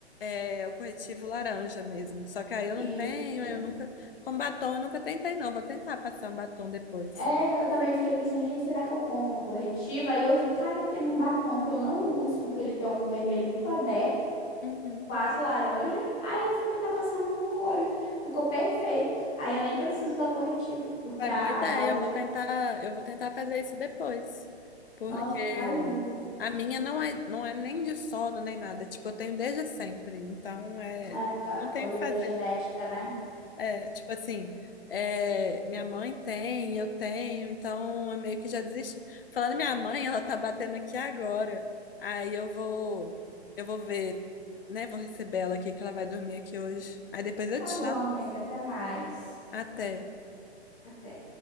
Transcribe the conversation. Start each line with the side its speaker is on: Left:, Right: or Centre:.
Left: é o corretivo laranja mesmo. Só que aí eu não
Centre: Isso.
Left: tenho, aí eu nunca. Com batom eu nunca tentei, não. Vou tentar passar um batom depois.
Centre: É, eu também fiquei pensando, gente, será que eu compro um corretivo? Aí eu vi, cara, eu tenho um batom que eu não uso, porque ele tem um vermelho muito aberto,
Left: Uhum.
Centre: quase laranja. Aí eu fui tentar passar no olho, ficou perfeito. Aí eu nem preciso usar corretivo, porque
Left: É
Centre: a,
Left: boa ideia,
Centre: a base
Left: eu vou
Centre: já.
Left: tentar, eu vou tentar fazer isso depois, porque
Centre: Nossa, fica lindo.
Left: a minha não é, não é nem de sono nem nada, tipo, eu tenho desde sempre, então é,
Centre: É,
Left: não
Centre: a
Left: tenho
Centre: olheira
Left: o que fazer.
Centre: genética, né?
Left: É, tipo assim, é, minha mãe tem, eu tenho, então eu meio que já desisti. Falando em minha mãe, ela tá batendo aqui agora. Aí eu vou, eu vou ver, né, vou receber ela aqui que ela vai dormir aqui hoje. Aí depois eu
Centre: Tá
Left: te
Centre: bom,
Left: chamo.
Centre: amiga, até mais.
Left: Até.
Centre: Até.